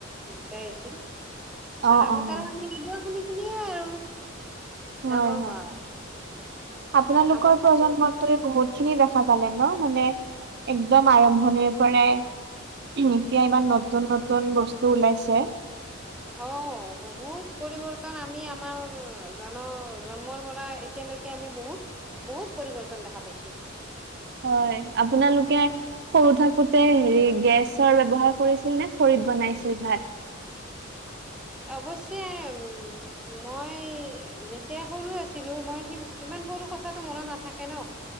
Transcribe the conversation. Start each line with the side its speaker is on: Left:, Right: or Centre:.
Centre: দুটাই আছিল।
Right: অ',
Centre: তাৰ আগতে
Right: অ',
Centre: আৰু ৰেডিঅ শুনি -শুনিয়ে আৰু
Right: হয়,
Centre: ডাঙৰ
Right: হয়।
Centre: হোৱা
Right: আপোনালোকৰ
Centre: আমাৰ সময়
Right: প্ৰজন্মটোৱে বহুত খিনি দেখা পালে ন' মানে একদম আৰম্ভণিৰ পৰাই এতিয়া ইমান নতুন -নতুন বস্তু ওলাইছে
Centre: অ', বহুত পৰিৱৰ্তন আমি আমাৰ জন -জন্মৰ পৰা এতিয়া আমি বহুত- বহুত পৰিৱৰ্তন দেখা পাইছো।
Right: হয়, আপোনালোকে সৰু থাক হেৰি গেছৰ ব্যৱহাৰ কৰিছিল নে খৰিত বনাইছিল ভাত?
Centre: অৱশে উম মই যেতিয়া সৰু আছিলো মই ইমান সৰু কথাটো মনত নাথাকে ন'